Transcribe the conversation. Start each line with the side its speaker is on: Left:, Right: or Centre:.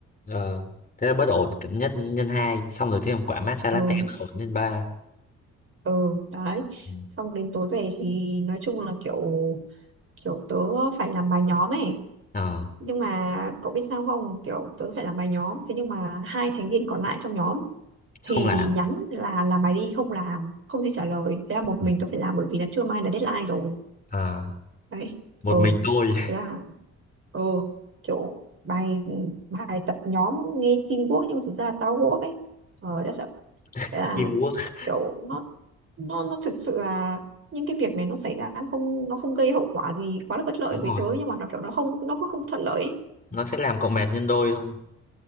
Left: ờ thế là bất ổn nhất nhân hai xong rồi thêm quả matcha
Right: ừ
Left: latte bất ổn nhân ba
Right: ừ đấy
Left: ừ.
Right: xong đến tối về thì nói chung là kiểu kiểu tớ phải làm bài nhóm ấy
Left: ờ
Right: nhưng mà cậu biết sao không kiểu tớ phải làm bài nhóm thế nhưng mà hai thành viên còn lại trong nhóm thì
Left: không làm
Right: nhắn là làm bài đi không làm không thể trả lời thế là một
Left: ừ.
Right: mình tớ phải làm bởi vì là trưa mai là deadline rồi
Left: ờ
Right: đấy
Left: một
Right: ừ
Left: mình tôi
Right: thế là ừ kiểu bài bài tập nhóm nghe teamwork nhưng mà thực ra là tao work ấy trời đất ạ
Left: <laughs>
Right: thế là
Left: teamwork
Right: kiểu nó nó nó thực sự là những cái việc này nó xảy ra nó không nó không gây hậu quả gì quá là bất lợi
Left: đúng
Right: với
Left: rồi
Right: tớ nhưng mà nó kiểu nó không nó cũng không thuận lợi ấy.
Left: nó sẽ làm cậu mệt nhân đôi thôi